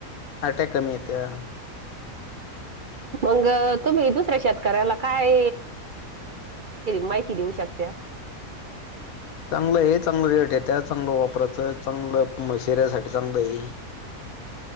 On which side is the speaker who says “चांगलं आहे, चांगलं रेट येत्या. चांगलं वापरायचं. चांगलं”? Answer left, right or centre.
Left